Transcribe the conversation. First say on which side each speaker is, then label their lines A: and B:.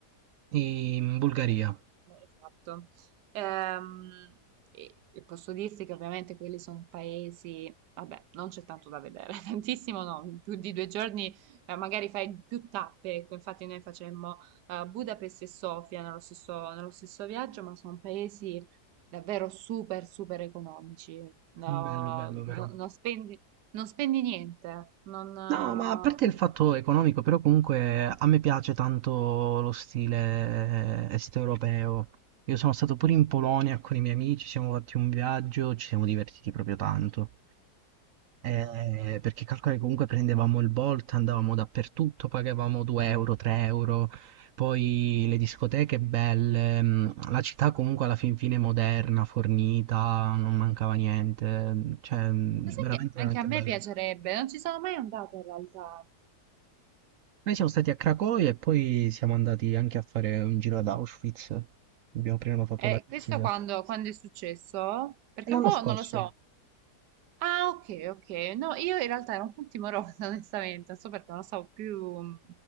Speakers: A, on the right (about 70°); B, on the right (about 85°).
A: In Bulgaria.
B: Beh, Esatto. Ehm, e e posso dirti che ovviamente quelli sono paesi, vabbè, non c'è tanto da vedere, <laughs> tantissimo no, più di due giorni eh, magari fai più tappe, ecco, infatti noi facemmo eh, Budapest e Sofia nello stesso, nello stesso viaggio, ma sono paesi davvero super, super economici, no,
A: Bello, bello
B: Beh,
A: però.
B: no- non spendi, non spendi niente, non... eh,
A: No, ma a parte il fatto economico, però comunque a me piace tanto lo stile est-europeo. Io sono stato pure in Polonia con i miei amici, siamo fatti un viaggio, ci siamo divertiti proprio tanto. Eh, perché calcola che comunque prendevamo il Bolt, andavamo dappertutto, pagavamo 2 euro, 3 euro, poi le discoteche belle, mm, la città comunque alla fin fine moderna, fornita, non mancava niente, cioè mm,
B: Ma sai
A: veramente
B: che anche
A: veramente
B: a me
A: bello.
B: piacerebbe, non ci sono mai andata in realtà.
A: Noi siamo stati a Cracovia e poi siamo andati anche a fare un giro ad Auschwitz. Abbiamo prenotato
B: Eh,
A: la visita.
B: questo quando, quando è successo? Perché
A: E l'anno
B: un po'
A: scorso.
B: non lo so. Ah, ok, ok. No, io in realtà ero un po' timorosa, <laughs> onestamente, non so perché non lo so più, mh,